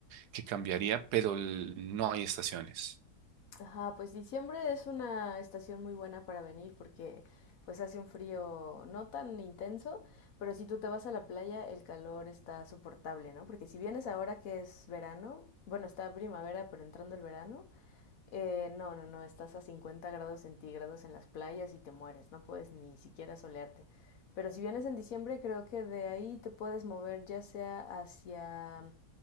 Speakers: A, on the right (about 80°); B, on the left (about 65°).
A: que cambiaría, pero el- no hay estaciones.
B: Ajá, pues diciembre es una estación muy buena para venir porque pues hace un frío no tan intenso, pero si tú te vas a la playa el calor está soportable, ¿no? Porque si vienes ahora que es verano, bueno, está primavera pero entrando el verano, eh, no, no, no, estás a 50 grados centígrados en las playas y te mueres, no puedes ni siquiera solearte. Pero si vienes en diciembre creo que de ahí te puedes mover ya sea hacia